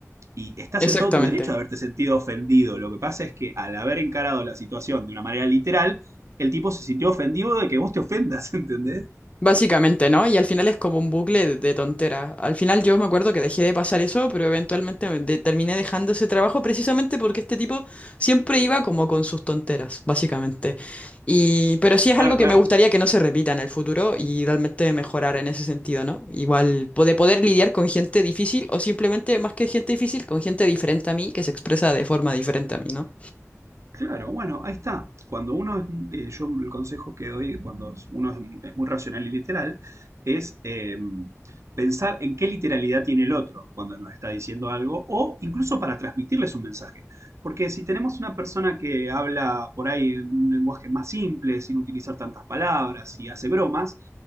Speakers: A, on the right (about 60°); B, on the left (about 25°).
A: Y estás
B: exactamente.
A: en todo tu derecho de haberte sentido ofendido. Lo que pasa es que al haber encarado la situación de una manera literal, el tipo se sintió ofendido de que vos te ofendas, <laughs> ¿entendés?
B: Básicamente, ¿no? Y al final es como un bucle de, de tontera. Al final yo me acuerdo que dejé de pasar eso, pero eventualmente me de- terminé dejando ese trabajo precisamente porque este tipo siempre iba como con sus tonteras, básicamente. Y, pero sí es
A: Claro,
B: algo
A: claro.
B: que me gustaría que no se repita en el futuro y realmente mejorar en ese sentido, ¿no? Igual po- de poder lidiar con gente difícil o simplemente más que gente difícil, con gente diferente a mí que se expresa de forma diferente a mí, ¿no?
A: Claro, bueno, ahí está. Cuando uno es, eh, yo el consejo que doy cuando uno es, es muy racional y literal es eh, pensar en qué literalidad tiene el otro cuando nos está diciendo algo o incluso para transmitirles un mensaje. Porque si tenemos una persona que habla por ahí en un lenguaje más simple, sin utilizar tantas palabras y hace bromas,